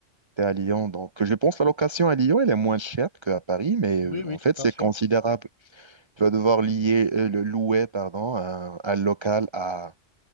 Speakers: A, on the right; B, on the left.
A: Tu es à Lyon. Donc, je pense que la location à Lyon, elle est moins chère qu'à Paris, mais
B: Oui,
A: euh,
B: oui,
A: en fait,
B: tout à
A: c'est
B: fait.
A: considérable. Tu vas devoir lier, euh, le louer, pardon, un, un local à,